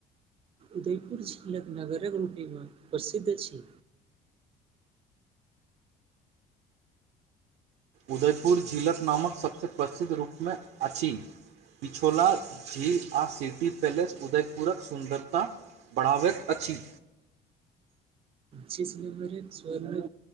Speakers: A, on the right; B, on the right.
A: उदयपुर झिलक नगरक रूपमे प्रसिद्ध अछि।
B: उदयपुर झिलक नामक सबसँ प्रसिद्ध रूपमे अछि। पिछौला, झील, आ सिटी पैलेस, उदयपुरक सुन्दरता बढ़ाबैत अछि।
A: जिस नम्बरे स्वर्ण